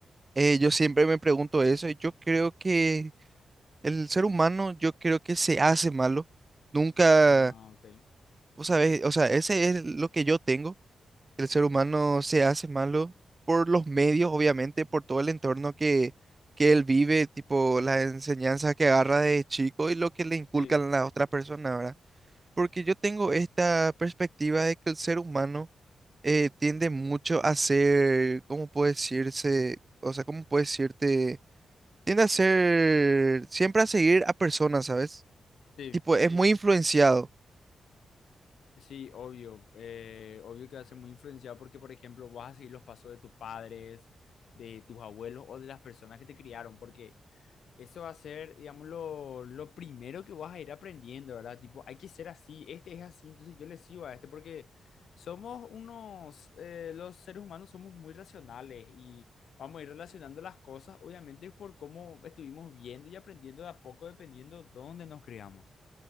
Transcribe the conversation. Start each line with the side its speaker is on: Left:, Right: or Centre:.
Right: Eh, yo siempre me pregunto eso y yo creo que el ser humano, yo creo que se hace malo. Nunca,
Left: Ah, ok.
Right: vos sabés, o sea, ese es lo que yo tengo. El ser humano se hace malo por los medios, obviamente, por todo el entorno que, que él vive, tipo las enseñanzas que agarra de chico y lo que le inculcan
Left: Sí,
Right: las otras personas, ¿verdad? Porque yo tengo esta perspectiva de que el ser humano eh, tiende mucho a ser, ¿cómo puede decirse? O sea, ¿cómo puede decirte? Tiende a ser, siempre a seguir a personas, ¿sabes?
Left: sí,
Right: Tipo, es muy influenciado.
Left: sí, obvio. eh, obvio que va a ser muy influenciado porque, por ejemplo, vas a seguir los pasos de tus padres, de tus abuelos o de las personas que te criaron, porque Eso va a ser, digamos, lo, lo primero que vas a ir aprendiendo, ¿verdad? Tipo, hay que ser así, este es así, entonces yo le sigo a este porque somos unos, eh, los seres humanos somos muy racionales y vamos a ir relacionando las cosas, obviamente, por cómo estuvimos viendo y aprendiendo de a poco, dependiendo dónde nos criamos.